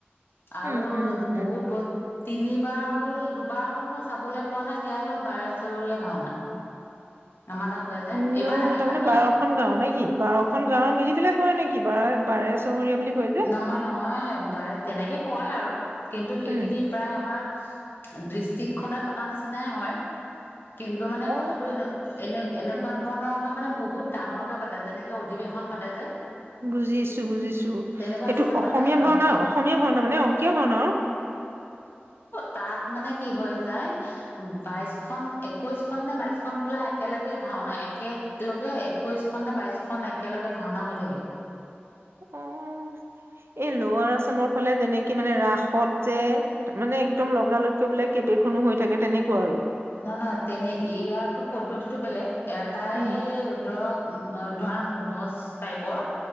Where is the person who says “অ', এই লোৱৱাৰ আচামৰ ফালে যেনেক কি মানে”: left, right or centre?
Right